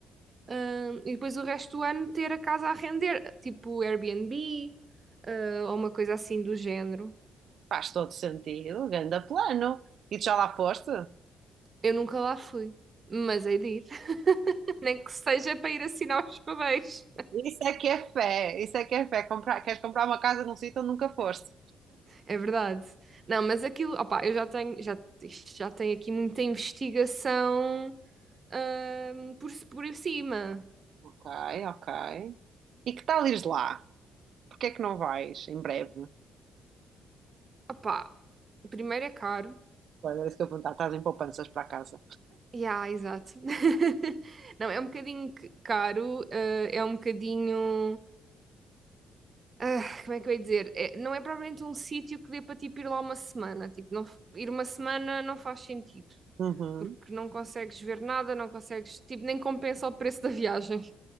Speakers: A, on the right; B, on the right.
A: hum, e depois o resto do ano ter a casa a render, tipo Airbnb, eh, ou uma coisa assim do género.
B: Faz todo sentido, ganda plano. E tu já lá foste?
A: Eu nunca lá fui, mas hei de ir, <laughs> nem que seja para ir assinar os papéis.
B: Isso é que é fé, isso é que é fé. Comprar, queres comprar uma casa num sítio onde nunca foste?
A: É verdade. Não, mas aquilo, opá, eu já tenho, já, isto já tenho aqui muita investigação ahm, por, por cima.
B: Ok, ok. E que tal ires lá? Porquê é que não vais em breve?
A: Opá, primeiro é caro.
B: Pois é isso que eu vou perguntar, estás em poupanças para casa.
A: Yeah, exato. <laughs> Não, é um bocadinho c- caro, ah, é um bocadinho. ah, como é que eu ia dizer? É- não é propriamente um sítio que dê para tipo, ir lá uma semana. Tipo, não, f- ir uma semana não faz sentido.
B: Uhum.
A: porque não consegues ver nada, não consegues, tipo, nem compensa o preço da viagem, <laughs>